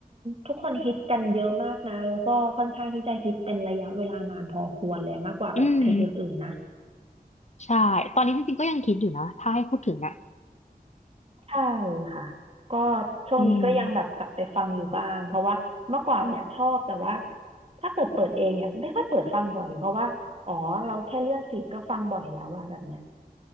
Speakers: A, on the right (about 40°); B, on the left (about 45°).
A: ทุกคนฮิตกันเยอะมากนะแล้วก็ค่อนข้างที่จะฮิตเป็นระยะเวลานานพอควรเลยมากกว่าแบบเพลงอื่นๆนะ
B: อืมใช่ตอนนี้จริงๆก็ยังคิดอยู่นะถ้าให้พูดถึงอ่ะ
A: ใช่ค่ะก็ช่วงนี้ก็ยังแบบกลับไปฟังอยู่บ้างเพราะว่าเมื่อก่อนเนี่ยชอบแต่ว่า
B: อืม
A: ถ้าเกิดเปิดเองเนี่ยไม่ค่อยเปิดฟังบ่อยเพราะว่าอ๋อเราแค่เลื่อนฟีดก็ฟังบ่อยแล้วอะแบบเนี้ย